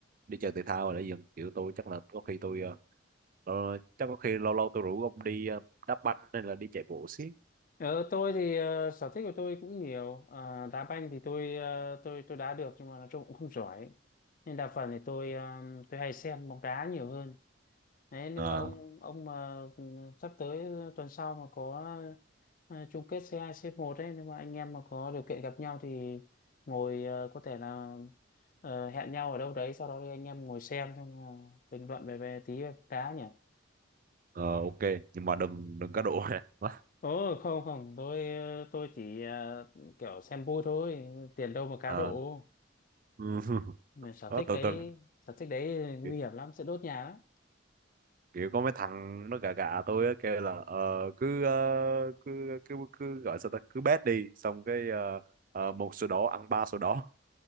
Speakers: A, on the right; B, on the left.
A: đi chơi thể thao hay là gì không? kiểu tôi chắc là có khi tôi ờ, ờ, chắc có khi lâu lâu tôi rủ ông đi ờ, đá banh hay là đi chạy bộ xí
B: Ờ, tôi thì ờ, sở thích của tôi cũng nhiều Ờ, đá banh thì tôi ờ, tôi tôi đá được nhưng mà nói chung cũng không giỏi nên đa phần thì tôi ờ, tôi hay xem bóng đá nhiều hơn Đấy, nếu
A: Ờ,
B: mà ông ông mà ừ, sắp tới tuần sau mà có ờ, chung kết c hai c một ấy, nếu mà anh em mà có điều kiện gặp nhau thì ngồi ờ, có thể là ờ, hẹn nhau ở đâu đấy, sau đó thì anh em ngồi xem xong là bình luận về về tí cá nhỉ.
A: ờ, ok nhưng mà đừng đừng cá độ ha Quá.
B: Ồ không không, tôi tôi chỉ ờ, kiểu xem vui thôi, tiền đâu mà cá
A: Ờ,
B: độ.
A: ừ. <laughs>
B: Mà sở
A: đó
B: thích
A: tôi
B: đấy,
A: tôi
B: sở thích đấy nguy
A: kiểu,
B: hiểm lắm, sẽ đốt nhà lắm.
A: kiểu có mấy thằng nó gà gà tôi á kêu là ờ, cứ, ờ, cứ cứ cứ gọi sao ta cứ bet đi xong cái ờ, ờ, một sổ đỏ ăn ba sổ đỏ